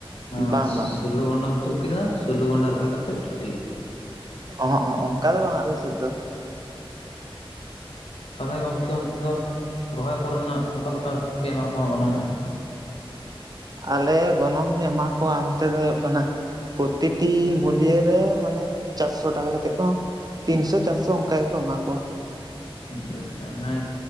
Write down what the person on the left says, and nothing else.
ᱱᱚᱣᱟ
ᱥᱩ ᱞᱚ ᱜᱚᱸᱰᱟᱢ ᱛᱩᱜ ᱠᱮᱫᱟ ᱥᱩᱞᱚ ᱜᱚᱸᱰᱟ ᱨᱚᱦᱚᱭ ᱠᱟᱛᱮᱫ ᱪᱷᱩᱴᱤ᱾
ᱛᱟᱦᱚᱞᱮ ᱜᱚᱝᱠᱮ ᱚᱱᱛᱮ ᱫᱚ ᱨᱚᱦᱚᱭ ᱠᱚᱨᱮ ᱱᱟᱜ, ᱚᱠᱟ ᱞᱮᱠᱟ ᱯᱮ ᱮᱢᱟ ᱠᱚᱣᱟ ᱜᱚᱱᱚᱝ᱾
ᱟᱪᱪᱷᱟ ᱟᱪᱪᱷᱟ ᱦᱮᱸ